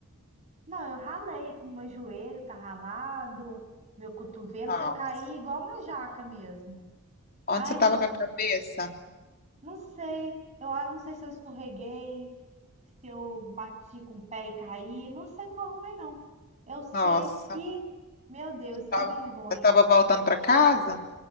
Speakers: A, on the right; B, on the left.
A: Não, eu ralei aqui, meu joelho tá ralado, meu cotovelo,
B: Nossa,
A: porque eu caí igual uma jaca mesmo.
B: onde
A: Ai,
B: você tava
A: mas
B: com a cabeça?
A: não sei, eu a- não sei se eu escorreguei, se eu bati com o pé e caí, não sei o que eu arrumei, não. Eu sei
B: Nossa,
A: que, meu Deus, que
B: tava-
A: vergonha.
B: você tava voltando pra casa?